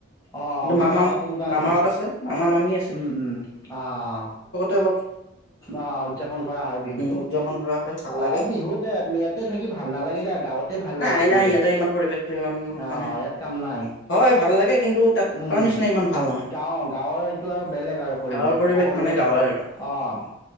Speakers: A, on the left (about 15°); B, on the left (about 60°).
A: অ
B: কিন্তু
A: অ মামাহঁত
B: মামা
A: তেনেকুৱা
B: মামাহত
A: আছে
B: মামা মামী
A: উম উম অঁ অঁ অঁ
B: লক
A: অ উদযাপন কৰা হয় বিহুতো
B: উদযাপন কৰা হয় ভাল
A: অ
B: লাগে
A: বিহুত ইয়াতে থাকি ভাল নালাগে দিয় গাঁৱতে ভাল
B: নাই
A: লাগে পৰিৱেশ
B: নাই ইয়াতে ইমান পৰিৱেশটো ইমান
A: অ
B: মানে
A: ইয়াত কাম নাই
B: হয় ভাল লাগে কিন্তু তাত
A: উম
B: তাৰ নিচিনা ইমান ভাল নহয়
A: গাওঁ গাঁৱৰ এইটো আৰু বেলেগ আৰু পৰিৱেশ
B: গাঁৱৰ
A: সকলোৱে
B: মানে গাঁৱৰ আৰু
A: অঁ